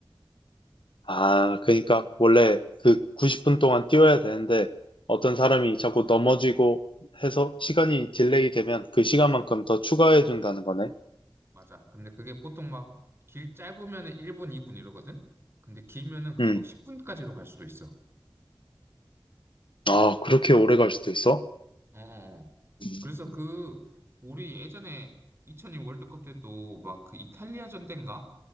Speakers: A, on the left; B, on the right.
A: 아, 그러니까 원래 그 90분 동안 뛰어야 되는데 어떤 사람이 자꾸 넘어지고 해서 시간이 딜레이 되면 그 시간만큼 더 추가해 준다는 거네.
B: 맞아. 근데 그게 보통 막 길 짧으면은 1분, 2분 이러거든? 근데 길면은 그게
A: 음.
B: 막 10분까지도 갈 수도 있어.
A: 아, 그렇게 오래 갈 수도 있어?
B: 어어어.
A: 음.
B: 그래서 그 우리 예전에 2002 월드컵 때도 막 그 이탈리아전 때인가?